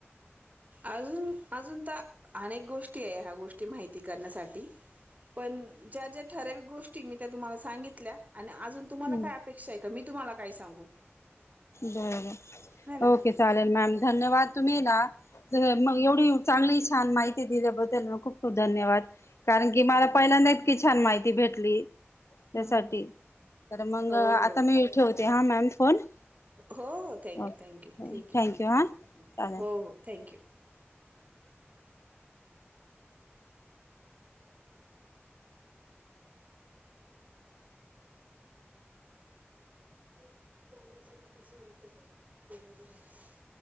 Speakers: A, on the right; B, on the left.
A: अजून अजून तर अनेक गोष्टी आहे ह्या गोष्टी माहिती करण्यासाठी पण ज्या ज्या ठराविक गोष्टी मी त्या तुम्हाला सांगितल्या आणि अजून तुम्हाला
B: हम्म
A: काय अपेक्षा आहे मी तुम्हाला काय सांगू
B: बरोबर
A: है ना
B: ओके चालेल मॅम धन्यवाद तुम्ही ना मग
A: हं,
B: एवढी चांगली छान माहिती दिल्याबद्दल खूप खूप धन्यवाद कारण की
A: हो
B: मला
A: हो
B: पहिल्यांदा इतकी छान माहिती भेटली त्यासाठी
A: हं, हं.
B: तर मग
A: हो
B: आता
A: हो
B: मी ठेवते हा मॅम फोन
A: हो हो थँक्यू
B: ओके
A: थँक्यू ठीक आहे
B: थँक्यू
A: चाले
B: हां चालेल
A: हो हो थँक यू क बला सगळ कसंत त